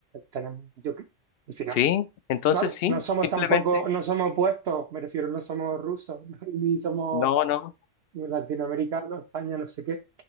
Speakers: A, on the right; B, on the left.
A: tenemos, yo, que- al final,
B: Sí, entonces
A: claro,
B: sí,
A: no somos
B: simplemente.
A: tampoco, no somos opuestos, me refiero, no somos rusos, <laughs> ni somos
B: No, no,
A: latinoamericano, España, no sé qué.